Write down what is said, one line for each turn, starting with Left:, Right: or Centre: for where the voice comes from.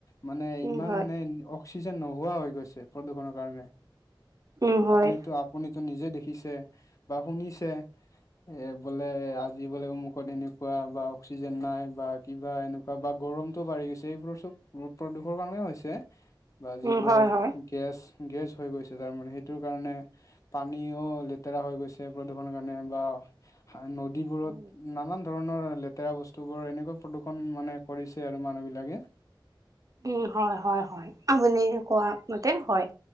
Left: মানে
Right: উম,
Left: ইমান
Right: হয়,
Left: মানে অক্সিজেন নোহোৱা হৈ গৈছে প্ৰদূষণৰ কাৰণে।
Right: উম, হয়,
Left: আপুনিতো আপুনিতো নিজে দেখিছে বা শুনিছে এ বোলে আজি বোলে অমুকত এনেকুৱা বা অক্সিজেন নাই বা কিবা এনেকুৱা বা গৰমটো বাঢ়ি গৈছে এইবোৰৰ চব প্ৰদূষৰ কাৰণে হৈছে, বা যিবোৰ
Right: উম, হয়, হয়।
Left: গেছ গেছ হৈ গৈছে তাৰমানে সেইটোৰ কাৰণে, পানীও লেতেৰা হৈ গৈছে প্ৰদূষণৰ কাৰণে বা নদীবোৰত
Right: উম।
Left: নানান ধৰণৰ লেতেৰা বস্তুবোৰ এনেকুৱা প্ৰদূৰ্ষণ মানে কৰিছে আৰু মানুহবিলাকে।
Right: উম, হয় হয় হয়, আপুনি কোৱা মতে হয়।